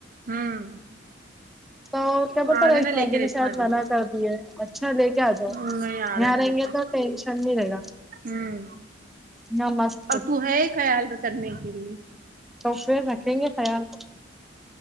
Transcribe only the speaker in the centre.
تو کیا پتا
رشمابا
جی
نے شاید منع
کر دی ہے اچھا لے کے آ جاؤ
یہاں
رہیں
گے
تو ٹیشن نہیں رہے گا
یہاں مست
تو پھر رکھیں گے خیال تو